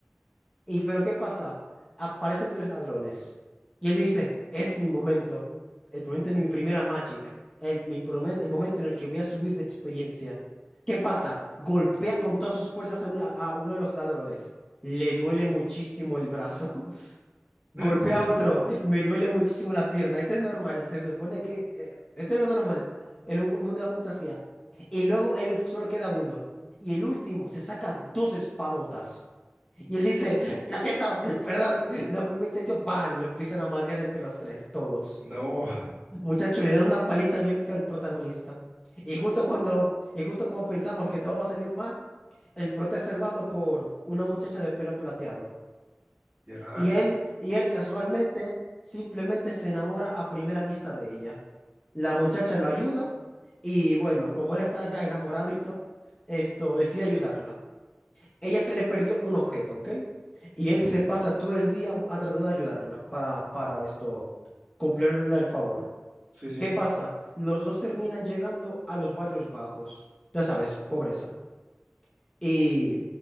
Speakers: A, on the left; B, on the right.
A: Y pero ¿qué pasa? Aparecen tres ladrones. Y él dice, es mi momento. El momento de mi primera Magic. El, mi prome- el momento en el que voy a subir de experiencia. ¿Qué pasa? Golpea con todas sus fuerzas a, un la- a uno de los ladrones. Le duele muchísimo el brazo. <laughs> Golpea
B: <laughs>
A: a otro. Me duele muchísimo la pierna. Esto es normal. Se supone que... eh, esto es lo normal en un ju- mundo de fantasía. Y luego él solo queda uno. Y el último se saca dos espadotas. Y él dice, lo siento, perdón, no fue mi intención. Van, Lo empiezan a madrear entre los tres, todos.
B: No,
A: Muchachos, le dan una paliza bien fea al protagonista. Y justo cuando, y justo como pensamos que todo va a salir mal, el prota es salvado por una muchacha de pelo plateado.
B: ya.
A: Y él, y él casualmente, simplemente se enamora a primera vista de ella. La muchacha lo ayuda y bueno, como él está ya enamoradito, esto decide ayudarla. Ella se le perdió un objeto, ¿ok? Y él
B: ujú,
A: se pasa todo el día a tratando de ayudarla para, para esto, cumplirle el favor.
B: Sí, sí.
A: ¿Qué pasa? Los dos terminan llegando a los barrios bajos, ya sabes, pobreza. Y,